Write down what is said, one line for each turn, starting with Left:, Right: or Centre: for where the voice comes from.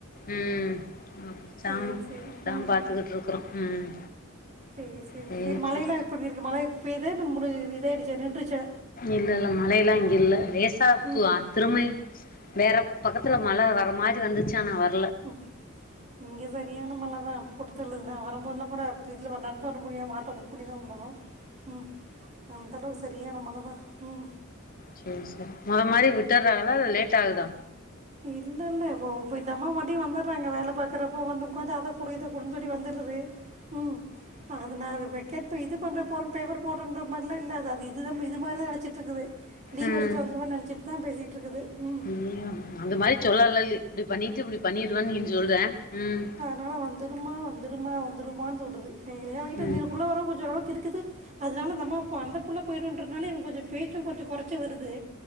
Left: ம் ஆ அப்புறோ
Right: சரி
Left: சாமா
Right: சரி
Left: அதாம்
Right: ம்
Left: பாத்துக்கிட் இருக்குறோ ம்
Right: சேர் சேரி
Left: சரி
Right: சேரி மழை
Left: சரி
Right: எல்லா எப்டி இருக்கு மழை பேய்தா இல்ல முடுஞ்சுது இது இதாயிடுச்சா நின்றுச்சா
Left: இல்ல இல்ல மழையெல்லா இங்க இல்ல லேசா <unintelligible>
Right: ம் ம்
Left: திரும்பை வேற பக்கத்துல மழ வரம் மாரி வந்துச்சு ஆனா வர்
Right: ம் இங்க சரியான மழ தா போட்டுத்தல்லுது இந்த வாரம்போதெலா கூட இப்போ இதுல வ நடந்து வர முடியும் ஆட்டோ புக் பண்ணி தா வந்தோ ம் அந்தளவு சரியான மழதா ம்
Left: சேர் சேரி மொத மாரி விட்டுறாங்களா இல்ல லேட் ஆகுதா
Right: இல்ல இல்ல இப்போ இப்போ இந்த அம்மா மறுவுடி வந்துர்றாங்க வேல பாக்குறப்போ வந்து உக்காந்து அத குடு இத குடுஞ் சொல்லி வந்துருது ம் அதுனால இப்ப வெக்கெட்டு இது பண்ற போறோன் பேப்பர் போடுறன்ற மாரி எல்லா இல்ல அது அது இதுதாமா இது மாரிதா நெனச்சுட்டு இருக்குது லீவு
Left: ம்
Right: எடுத்துட்டு வந்துருவன் நெனச்சுட்டு தா பேசிட்டுருக்குது ம்
Left: ம் அந்த மாரி சொல்லலல்லி இப்டி பண்ணிட்டு இப்டி பண்ணிருவன் நீஞ் சொல்ற ம்
Right: மழ வந்துருமா வந்துருமா வந்துருமான் சொல்லுது எங்களையா வாங்கிட்டு
Left: ம்
Right: <unintelligible> புள்ள வரு கொஞ்சோ ஒரு அளவுக்கு இருக்குது அதனால அந்த அம்மா அப்ப அந்த புள்ள போயிடுன்றதுனால இவங்க கொஞ்சோ பேச்சு கொஞ்சோ கொறச்சு வருது